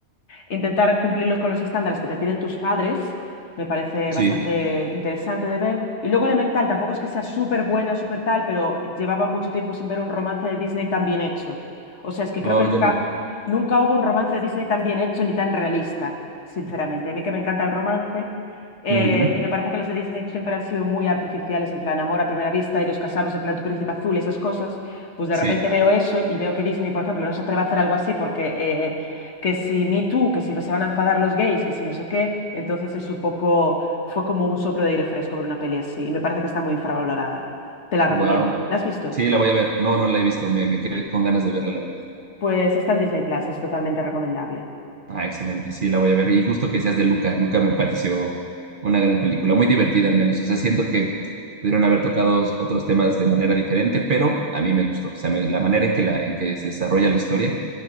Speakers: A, on the left (about 70°); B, on the right (about 50°).
A: intentar cumplirlos con los estándares que te piden tus padres, me parece
B: Sí.
A: bastante interesante de ver. Y luego Elemental, tampoco es que sea súper buena, súper tal, pero llevaba mucho tiempo sin ver un romance de Disney tan bien hecho. O sea, es que
B: Oh,
A: creo que nunca,
B: yo no.
A: nunca hubo un romance de Disney tan bien hecho ni tan realista, sinceramente. A mí que me encanta el romance. eh,
B: Ujú,
A: y me parece que los de Disney siempre han sido muy artificiales, en plan amor a primera vista y nos casamos, en plan tu príncipe azul y esas cosas. Pues de
B: Sí.
A: repente veo eso y veo que Disney, por ejemplo, no se atreve a hacer algo así porque eh, que si Me Too, que si se van a enfadar los gays, que si no sé qué, entonces es un poco, fue como un soplo de aire fresco ver una peli así y me parece que está muy infravalorada. Te la recomiendo.
B: Wow.
A: ¿La has visto?
B: Sí, la voy a ver. No, no la he visto, me, me quedé con ganas de verla, la verdad.
A: Pues está en Disney Plus, es totalmente recomendable.
B: Ah, excelente, sí, la voy a ver. Y justo que seas de Luca, Luca me pareció una gran película, muy divertida al menos. O sea, siento que pudieron haber tocado os- otros temas de manera diferente, pero a mí me gustó. O sea, me- la manera en que, la, en que se desarrolla la historia